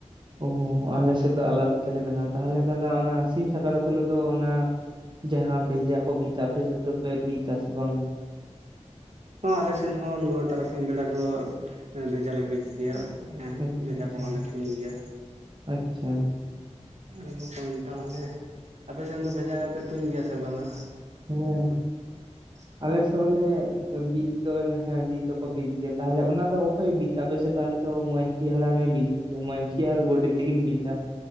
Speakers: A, on the right; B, on the right.
A: ᱚ ᱟᱞᱮ ᱥᱮᱫ ᱫᱚ ᱟᱞᱟᱫᱟ ᱛᱮᱞᱮ ᱵᱮᱱᱟᱣᱟ ᱛᱟᱦᱟᱞᱮ ᱫᱟᱫᱟ ᱚᱱᱟ ᱥᱤᱧ ᱥᱟᱠᱨᱟᱛ ᱦᱮᱞᱳᱜ ᱫᱚ ᱚᱱᱟ ᱡᱟᱦᱟᱸ ᱵᱷᱮᱡᱟ ᱠᱚ ᱵᱤᱫᱟ ᱟᱯᱮ ᱥᱮᱫ ᱫᱚᱯᱮ ᱵᱤᱫᱟ ᱥᱮ ᱵᱟᱝ?
B: ᱦᱚᱸ ᱟᱞᱮᱥᱮᱱ ᱦᱚᱸ ᱱᱚᱣᱟ ᱛᱟᱨᱟᱥᱤᱧ ᱵᱮᱲᱟ ᱫᱚ ᱵᱷᱮᱡᱟᱞᱮ ᱵᱤᱫ ᱜᱮᱭᱟ᱾ ᱦᱮ
A: ᱟᱪᱪᱷᱟ
B: ᱵᱷᱮᱡᱟ
A: ᱟᱪᱪᱷᱟ
B: ᱠᱚᱦᱚᱸ ᱞᱮ ᱛᱩᱧ ᱜᱮᱭᱟ᱾
A: ᱟᱪᱪᱷᱟ
B: ᱮ ᱵᱚᱠᱚᱧ ᱛᱟᱦᱞᱮ ᱟᱯᱮ ᱥᱮᱱ ᱫᱚ ᱵᱷᱮᱡᱟ ᱯᱮ ᱛᱩᱧ ᱜᱮᱭᱟ ᱥᱮ ᱵᱟᱝᱼᱟ?
A: ᱦᱮᱸ
B: <inaudible>
A: <unintelligible> ᱵᱤᱫ ᱫᱚᱞᱮ ᱦᱮᱸ ᱵᱤᱫ ᱫᱚᱠᱚ ᱵᱤᱫ ᱜᱮᱭᱟ, ᱛᱟᱦᱚᱞᱮ ᱚᱱᱟ ᱫᱚ ᱚᱠᱚᱭ-ᱮ ᱵᱤᱫᱼᱟ ᱯᱮᱥᱮᱫ ᱫᱚ? ᱟᱞᱮ ᱫᱚ ᱢᱟᱺᱡᱷᱤ ᱦᱟᱲᱟᱢ-ᱮ ᱵᱤᱫ ᱢᱟᱺᱡᱷᱤ ᱟᱨ ᱜᱳᱰᱮᱛ ᱛᱤᱠᱤᱱ ᱵᱤᱛᱟ ᱾